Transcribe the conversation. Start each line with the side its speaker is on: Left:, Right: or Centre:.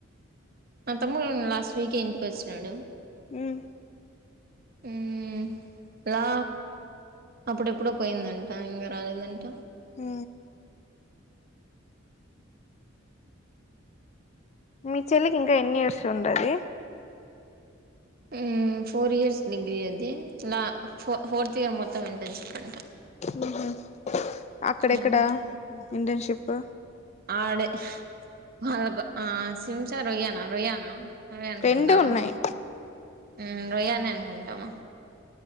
Right: మా తమ్ముడు లాస్ట్ వీక్ ఏ ఇంటికి వచ్చిండు
Left: ఉమ్
Right: ఉమ్ లా అప్పుడెప్పుడో పోయిందంట ఇంగ రాలేదంట
Left: ఊ మీ చెల్లికి ఇంకా ఎన్ని ఇయర్స్ ఉండాది
Right: ఊ ఫోర్ ఇయర్స్ డిగ్రీ అది లా పో ఫోర్త్ ఇయర్ మొత్తం ఇంటర్న్షిప్ అంట
Left: ఉహు అక్కడక్కడా
Right: మ్మ్
Left: ఇంటర్న్షిప్.
Right: ఆడే హై వాళ్ళగా. ఆ శింసా రొయ్యనా రొయ్యనా అదే అనుకుంటా.
Left: రెండు ఉన్నాయి
Right: ఉమ్ రొయ్యానే అనుకుంటామా.